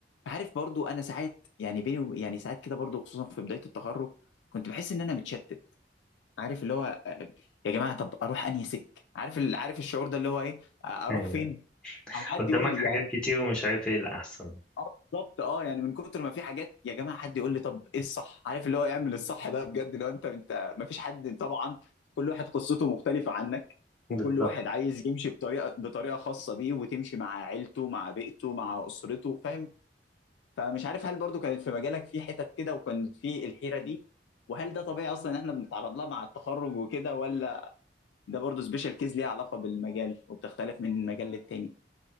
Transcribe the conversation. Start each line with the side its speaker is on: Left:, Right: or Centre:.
Left: عارف برضو انا ساعات يعني بيني وب- يعني ساعات كده برضو خصوصا في بدايه التخرج كنت بحس ان انا متشتت عارف اللي هو آه، يا جماعه طب اروح انهي سك عارف ال- عارف الشعور ده اللي هو ايه آه، اروح
Centre: يعني
Left: فين او حد
Centre: قدامك
Left: يقول لي
Centre: حاجات
Left: يعني
Centre: كتير ومش عارف ايه الأحسن
Left: اه بالظبط اه يعني من كتر ما في حاجات يا جماعه حد يقول لي طب ايه الصح عارف اللي هو يعمل الصح ده بجد لو انت انت ما فيش حد طبعا كل واحد قصته مختلفه عنك
Centre: بالظبط
Left: وكل واحد عايز يمشي بطريقه بطريقه خاصه بيه وتمشي مع عيلته مع بيئته مع اسرته فاهم فمش عارف هل برضو كانت في مجالك في حتت كده وكانت في الحيرة دي وهل ده طبيعي اصلا ان احنا بنتعرض لها مع التخرج وكده ولا ده برضو سبيشال كيز ليها علاقة بالمجال وبتختلف من مجال للتاني